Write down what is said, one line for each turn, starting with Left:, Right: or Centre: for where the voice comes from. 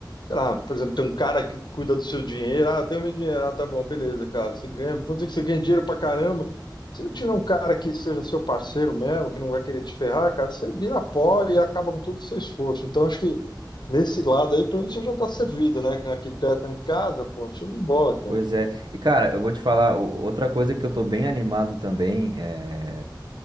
Left: sei lá, por exemplo, tem um cara que cuida do seu dinheiro, ah, tem o meu dinheiro, ah, tá bom, beleza, cara, você ganha, vamos dizer que você ganha dinheiro pra caramba. Se não tiver um cara que seja seu parceiro mesmo, que não vai querer te ferrar, cara, você vira pó e acaba com todo o seu esforço. Então, acho que nesse lado aí, pelo menos você já tá servido, né? Com arquiteto em casa, pô, show de bola, cara.
Right: Pois é. E cara, eu vou te falar, o- outra coisa que eu tô bem animado também, é